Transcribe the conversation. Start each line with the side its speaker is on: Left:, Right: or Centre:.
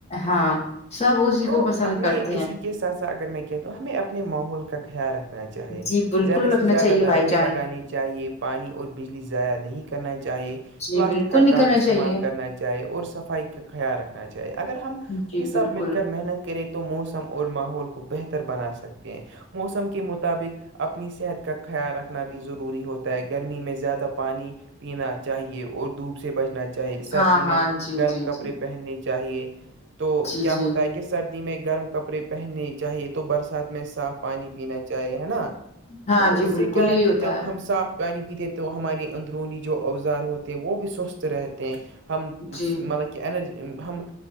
Left: ہاں سب اسی
Right: تو
Left: کو پسند
Right: ہمیں
Left: کرتا
Right: اسی کے ساتھ ساتھ اگر میں کہ ہوں ہمیں اپنے ماحول کا خیال رکھنا چاہیے
Left: جی بالکل
Right: زیادہ
Left: رکھنا
Right: سے زیادہ
Left: چاہیے
Right: درخت
Left: بھائی جان
Right: لگانے چاہیے پانی اور بجلی ضائع نہیں کرنا چاہیے
Left: جی
Right: پلاسٹک
Left: بالکل
Right: کا
Left: نکلنا
Right: کام استعمال
Left: چاہیے
Right: کرنا چاہے اور صفائی کا خیال رکھنا چاہے اگر ہم
Left: جی
Right: یہ
Left: بالکل
Right: سب مل کے محنت کریں تو موسم اور ماحول کو بہتر بنا سکتے ہیں موسم کے مطابق اپنی صحت کا خیال رکھنا بھی ضروری ہوتا ہے گرمی میں زیادہ پانی پینا چاہیے اور دپ سے بچنا چاہیے سردی
Left: ہاں
Right: میں
Left: ہاں جی
Right: گرم
Left: جی
Right: کپڑے
Left: جی
Right: پہننے چاہیے تو
Left: جی
Right: کیا
Left: جی
Right: ہوتا ہے کہ سردی میں گرم کپڑے پہننے چاہیے تو برسات میں صاف پانی پینا چاہیے نا
Left: ہاں
Right: تو
Left: جی
Right: اس
Left: بالکل
Right: سے کیا
Left: یہی
Right: ہےتے
Left: ہوتا
Right: جب
Left: ہے
Right: ہم صاف پانی پیتے تو ہمارے اندرونی جو اوزار ہوتے ہیں وہ بھی سوستھ رہتے ہیں ہم
Left: جی
Right: مطلب کہ انرجی ہم